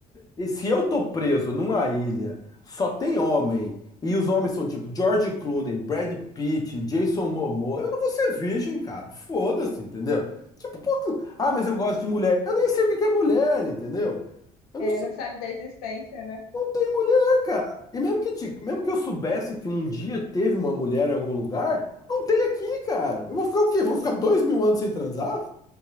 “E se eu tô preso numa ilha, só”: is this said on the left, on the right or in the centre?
Left